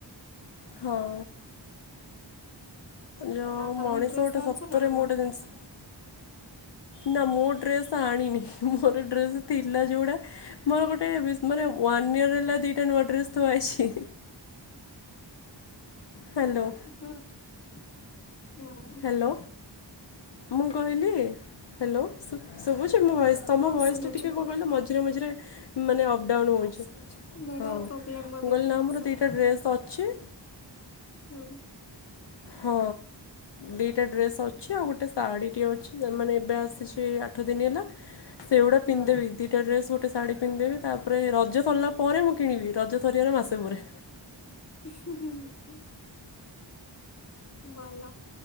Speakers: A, on the left; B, on the left.
A: ହଁ। ଯେଁ
B: ଆଉ ତମେ
A: ମଣିଷ
B: ଡ୍ରେସ୍
A: ଗୋଟେ
B: ଆଣି
A: ସତରେ
B: ସାରିଲଣି
A: ମୁଁ
B: ନା?
A: ଗୋଟେ ଜିନିଷ ନା ମୁଁ ଡ୍ରେସ୍ ଆଣିନି ମୋର ଡ୍ରେସ ଥିଲା ଯୋଉଡା ମୋର ଗୋଟେ ବି ୱାନ୍ ଇୟର୍ ହେଲା ଦିଟା ନୂଆ ଡ୍ରେସ୍ ଥୁଆ ହେଇଛି। ହ୍ୟାଲୋ।
B: ହଁ ହଁ।
A: ହ୍ୟାଲୋ ମୁଁ କହିଲି ହ୍ୟା ହ୍ୟାଲୋ ଶୁଭୁଛି ମୋ ଭଏସ୍ ତମ
B: ହଁ
A: ଭଏସ୍
B: ଶୁଭୁଛି
A: ଟିକିଏ କଣ
B: କୁହ
A: କହିଲେ ମଝିରେ ମଝିରେ ମାନେ ଅପ୍ଡାଉନ୍ ହୋଉଛି
B: ନେଟୱାର୍କ
A: ହଁ ମୁଁ
B: ପ୍ରୋବ୍ଲେମ ବୋଧେ
A: କହିଲି
B: ଥିବ
A: ନା ମୋର
B: ସେମିତି
A: ଦୁଇଟା ଡ୍ରେସ୍ ଅଛି।
B: ହୁଁ।
A: ହଁ। ଦିଇଟା ଡ୍ରେସ୍ ଅଛି ଆଉ ଗୋଟେ ଶାଢ଼ୀଟିଏ ଅଛି ମାନେ ଏବେ ଆସିଛି ଆଠ ଦିନ ହେଲା। ସେଉଗୁଡ଼ା
B: ହୁଁ
A: ପିନ୍ଧିଦେବି। ଦିଟା ଡ୍ରେସ୍ ଗୋଟେ ଶାଢ଼ୀ ପିନ୍ଧଦେବି ତାପରେ ରଜ ସରିଲା ପରେ ମୁଁ କିଣିବି ରଜ ସରିବାର ମାସେ ପରେ
B: ହଁଁ <unintelligible> ଭଲ।